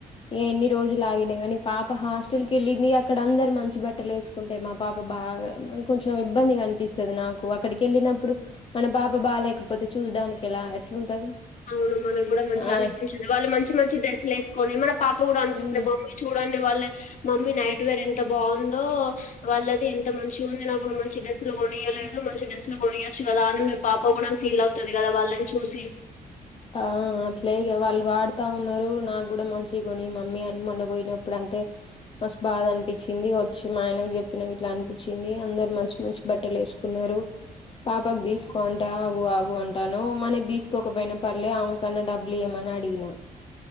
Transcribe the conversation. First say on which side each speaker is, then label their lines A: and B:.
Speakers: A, on the left; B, on the left.
A: ఇగ ఇన్ని రోజులు ఆగిన కాని పాప హాస్ స్టల్కి వెళ్ళింది అక్కడ అందరు మంచి బట్టలు వేసుకుంటే మా పాప బాగా కొంచెం ఇబ్బందిగనిపిస్తది నా నాకు అక్కడికేళ్ళినప్పుడు మన పాప బా లేకపోతే చూసడానికి ఎలా ఎట్లుంటది
B: అవును మనకు కూడా మంచిగా
A: ఆ
B: అనిపించదు వాళ్ళు మంచి మంచి డ్రెస్సులేసుకొని మన పాపు కూడా అనిపించట్లేదు
A: ఉమ్
B: చూడండి వాళ్ళ మమ్మీ నైట్ వేర్ ఎంత బాగుందో వాళ్ళయి ఎంత మంచి ఉంది నాకు మంచి డ్రెస్సు కొనియలేదు మంచి డెస్ లో కొనియొచ్చు కదా అని మీ పాప కూడా ఫీల్ అవుతుంది కదా వాళ్ళని చూసి
A: ఆ అట్లే వాళ్ళు వాడుతా ఉన్నారు నాకు కూడా మంచి కొని మమ్మీ అని మొన్న పోయినప్పుడు అ టే మస్ బాగా అనిపించింది వచ్చి మా ఆయనకు చెప్పినా ఇట్లా అనిపించింది అందరు మంచి మంచి బట్టలు వేసుకున్న పాపకు తీసుకోంట అగు ఆగు అంటాను మనకు తీసుకోకపోయినా పర్లే ఆమెకన్నా డబ్బలుయమని అడిగిన